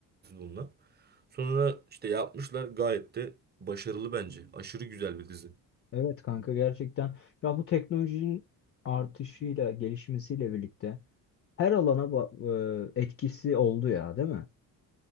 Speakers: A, on the right; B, on the left.
A: bununla? Sonra işte yapmışlar gayet de başarılı bence. Aşırı güzel bir dizi.
B: evet kanka gerçekten. Ya bu teknolojinin artışıyla, gelişmesiyle birlikte her alana ba- e, etkisi oldu ya değil mi?